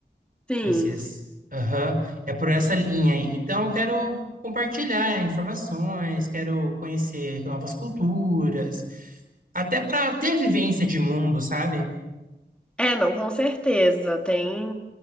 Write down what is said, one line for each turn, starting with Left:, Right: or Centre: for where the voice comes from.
Centre: sim.
Right: Esses. Aham. É por essa linha aí. Então, eu quero compartilhar é, informações, quero conhecer novas culturas, até para ter vivência de mundo, sabe?
Centre: É, não, com certeza. Tem,